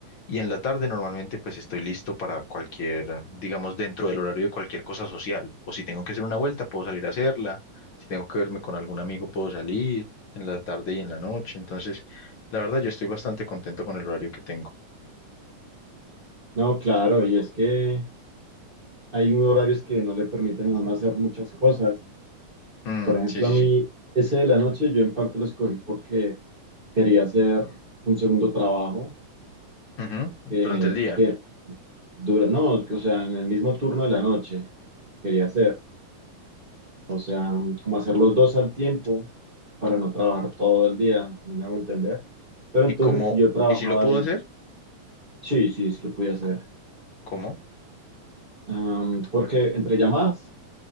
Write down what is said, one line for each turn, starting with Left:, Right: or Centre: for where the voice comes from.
Left: Y en la tarde normalmente pues estoy listo para cualquier, digamos, dentro del horario de cualquier cosa social. O si tengo que hacer una vuelta, puedo salir a hacerla. Si tengo que verme con algún amigo, puedo salir en la tarde y en la noche. Entonces, la verdad, yo estoy bastante contento con el horario que tengo.
Right: no, claro, y es que hay unos horarios que no le permiten a uno hacer muchas cosas.
Left: Mm,
Right: Por ejemplo,
Left: sí, sí,
Right: a mí,
Left: sí.
Right: ese de la noche yo en parte lo escogí porque quería hacer un segundo trabajo
Left: Ujú, Durante
Right: que,
Left: el día.
Right: que dura, no, que, o sea, en el mismo turno de la noche quería hacer, o sea, como hacer los dos al tiempo para no trabajar todo el día, si me hago entender. Pero
Left: ¿Y
Right: entonces
Left: cómo?
Right: si yo trabajaba
Left: ¿Y si lo puedo
Right: de,
Left: hacer?
Right: sí, sí, sí lo podía hacer.
Left: ¿Cómo?
Right: Am, porque entre llamadas,